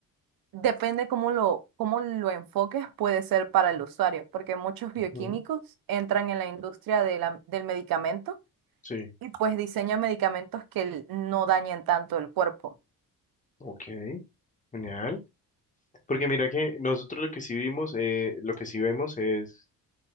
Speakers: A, on the right; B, on the left.
A: depende cómo lo, cómo lo enfoques, puede ser para el usuario, porque muchos bioquímicos
B: Ujú,
A: entran en la industria de la- del medicamento
B: Sí.
A: y pues diseñan medicamentos que l- no dañen tanto el cuerpo.
B: Ok. Genial. Porque mira que nosotros lo que sí vimos, eh, lo que sí vemos es